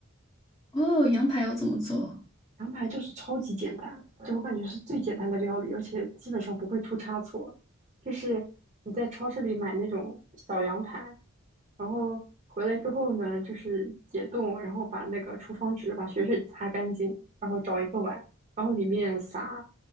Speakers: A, on the left; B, on the right.
A: 哦，羊排要怎么做？
B: 羊排就是超级简单，就我感觉是最简单的料理，而且基本上不会出差错。就是你在超市里买那种小羊排，然后回来之后呢，就是解冻，然后把那个厨房纸把血水擦干净，然后找一个碗，然后里面撒